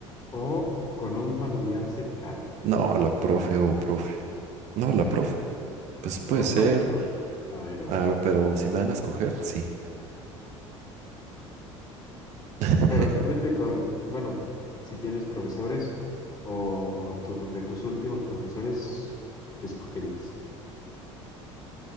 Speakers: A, on the left; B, on the right.
A: o con un familiar cercano?
B: No, a la profe o profe. No, a la profe. Pues
A: Yo
B: puede ser.
A: con la pro- la verdad.
B: A ver, pero si me van a escoger, sí. <laughs>
A: Pero imagínate con, bueno, si tienes profesores o tu- de tus últimos profesores, ¿qué escogerías?